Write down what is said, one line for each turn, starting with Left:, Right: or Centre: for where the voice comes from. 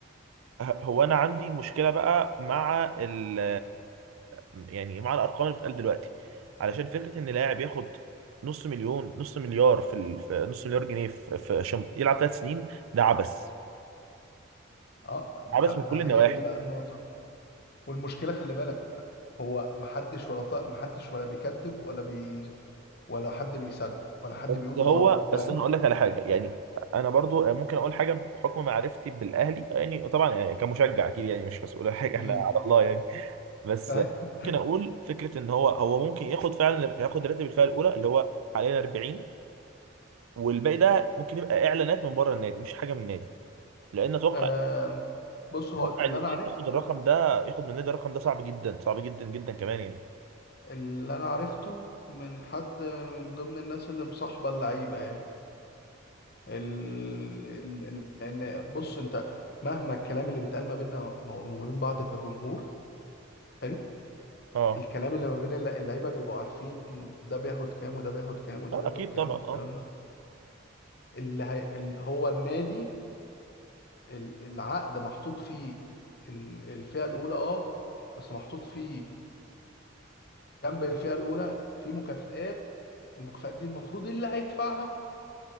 Right: هو انا عندي مشكله بقى مع ال يعني مع الارقام اللي بتتقال دلوقتي علشان فكره ان لاعب ياخد نص مليون نص مليار في, ال... في نص مليار جنيه في, في عشان يلعب ثلاث سنين ده عبث
Left: اه ما
Right: عبث
Left: انت-
Right: من
Left: ما
Right: كل النواحي
Left: هي دي بقى النقطه والمشكله خلي بالك هو محدش ولا طا... محدش ولا بيكذب ولا بي ولا حد بيصدق ولا حد
Right: بس
Left: بيقول
Right: هو
Left: اه فاهم
Right: بس انا هقول لك على حاجه يعني انا برضو ممكن اقول حاجه بحكم معرفتي بالاهلي يعني طبعا يعني كمشجع اكيد يعني مش مسؤول عن حاجه احنا
Left: امم
Right: على الله يعني بس
Left: <laughs> ايوه
Right: ممكن اقول فكره ان هو هو ممكن ياخد فعلا ياخد راتب الفئه الاولى اللي هو حاليا 40 والباقي ده ممكن يبقى اعلانات من بره النادي مش حاجه من النادي لان اتوقع
Left: آه بص هو
Right: اتوقع
Left: اللي
Right: ان النادي
Left: انا عرفته
Right: ياخد الرقم ده ياخد من النادي الرقم ده صعب جدا صعب جدا جدا كمان يعني
Left: اللي انا عرفته من حد من ضمن الناس اللي مصاحبه اللعيبه يعني ال... ال... ال- لان بص انت مهما الكلام اللي بيتقال ما بيننا وما بين بعض كجمهور حلو
Right: اه
Left: الكلام اللي ما بين الل- اللعيبه بيبقوا عارفين ده بياخد كام وده بياخد كام وده
Right: اه
Left: بياخد
Right: اكيد
Left: كام
Right: طبعا
Left: والكلام
Right: اه
Left: ده اللي هي... ال... هو النادي ال... العقد محطوط فيه ال... الفئه الاولى اه بس محطوط فيه جنب الفئه الاولى في مكافآت المكافآت دي المفروض اللي هيدفعها